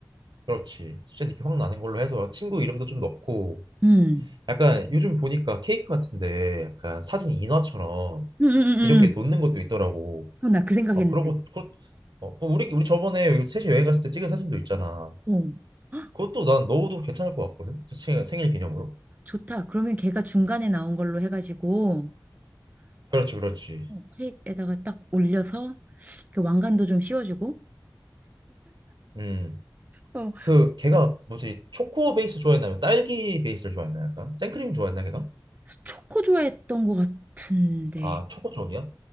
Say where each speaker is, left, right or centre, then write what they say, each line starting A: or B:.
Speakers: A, on the right; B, on the right.
A: 그렇지. 수제 느낌 확 나는 걸로 해서 친구 이름도 좀 넣고
B: 음.
A: 약간 요즘 보니까 케이크 같은데 약간 사진 인화처럼
B: 음, 음, 음, 음.
A: 이렇게 놓는
B: 음.
A: 것도 있더라고.
B: 어, 나 그 생각했는데.
A: 아 그러고 그 어, 그 우리 우리 저번에 여기 셋이 여행 갔을 때 찍은 사진도 있잖아.
B: 어. 헉,
A: 그것도 난 넣어도 괜찮을 것 같거든. 생,
B: 어,
A: 생일 기념으로.
B: 좋다. 그러면 걔가 중간에 나온 걸로 해가지고 쿡,
A: 그렇지, 그렇지.
B: 어, 케이크에다가 딱 올려서 그 왕관도 좀 씌워주고.
A: 음.
B: 어,
A: 그 걔가 뭐지? 초코 베이스 좋아했나요? 딸기 베이스를 좋아했나 약간? 생크림 좋아했나 걔가?
B: 초코 좋아했던 것 같은데.
A: 아, 초코 쪽이야?